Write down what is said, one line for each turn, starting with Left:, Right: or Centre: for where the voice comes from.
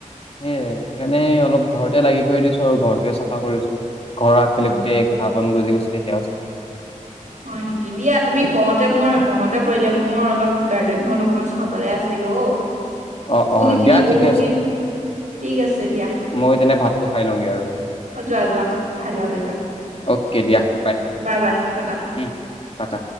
Left: সেইয়াই সেইকাৰণে অলপ ঘৰতে লাগি কৰি দিছো আৰু ঘৰটোোৱে চাফা কৰিছো। ঘৰ আগ
Right: উম,
Left: পেলে গোটেই এঘাপ। বন গজি গৈছিলে সেয়াও চফা কৰিলো।
Right: হয় নেকি দিয়া তুমি কওঁতে মোৰ মনতে পৰিলে মোৰ অলপ গাৰ্ডেনখন অকণমান চাবলৈ আছেগৈ অ'।
Left: অ
Right: ফুল
Left: অ
Right: খিনি
Left: দিয়া ঠিকে
Right: বহুত
Left: আছে।
Right: দিন ঠিক আছে। দিয়া
Left: মই তেনে ভাতটো খাই লওঁগে আৰু
Right: অ যোৱা যোৱা খাই লোৱাগে যোৱা
Left: অকে দিয়া।
Right: Bye bye Tata.
Left: উম, টাটা।